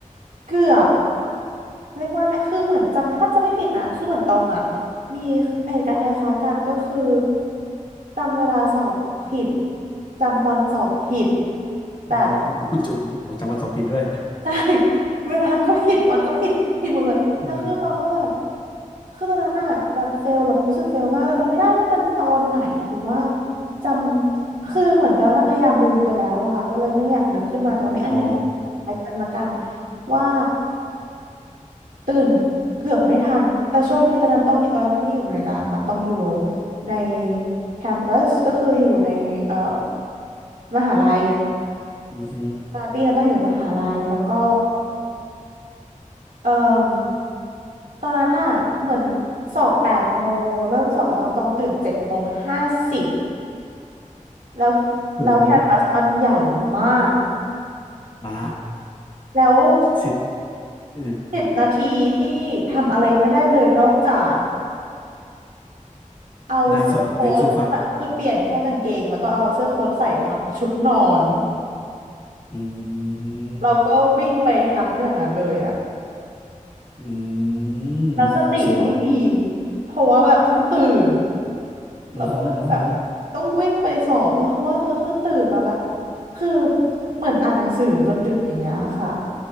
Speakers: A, on the right; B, on the left.
A: เกือบเรียกว่าไง คือเหมือนจำถ้าจำไม่ผิดนะคือเหมือนตองอ่ะมีเหตุการณ์คล้ายๆกันก็คือจำเวลาสอบผิดจำวันสอบผิดแบบ
B: อืม <laughs> โอ้โหจำจำวันสอบผิดด้วย
A: ใช่ <laughs> เวลาก็ผิดวันก็ผิดผิดหมดเลยแล้วคือตองก็แบบ
B: อืม
A: คือตอนนั้นอะแบบเฟลแบบรู้สึกเฟลมากแต่จำไม่ได้ว่ามันตอนไหนหรือว่าจำคือเหมือนตอนนั้นอะพยายามลืมไปแล้วอะค่ะก็เลยไม่ได้อยากนึกขึ้นมาแต่ว่ามีอันหนึง
B: อ๋อ
A: คล้ายกันละกันว่าตื่นเกือบไม่ทันแต่โชคดีตอนนั้นต้องตอนนั้นตอนที่อยู่อเมริกาค่ะต้องอยู่ในแคมปัสก็คืออยู่ในเอ่อมหาลัย
B: อืมฮึ
A: ตอนปีนั้นต้องอยู่ในมหาลัยแล้วก็ เอ่มตอนนั้นอะเหมือนสอบแปดโมงเริ่มสอบตอนต้องตื่นเจ็ดโมงห้าสิบแล้ว
B: โอ้โห
A: แล้วแคมปัสมันใหญ่มาก
B: บ้า
A: แล้ว
B: สิเออ
A: สิบนาทีที่ทำอะไรไม่ได้เลยนอกจากเอาเสื้อโค้ทใส่คือเปลี่ยนแค่กางเกงแล้วก็เอาเสื้อโค้ทใส่ทับชุดนอน
B: หน้าสดวิ่งสู้ฟัดอืม
A: เราก็วิ่งไปทางอย่างนั้นเลยอะ
B: อืม
A: แล้วสติไม่มี
B: สุด
A: เพราะว่าแบบเพิ่งตื่น
B: อืมฮึอืมฮึ
A: แล้วก็คือแบบต้องวิ่งไปสอบเพราะเขาว่าคือคือตื่นมาแบบคือเหมือนอ่านหนังสือจนดึกอย่างเงี้ยค่ะ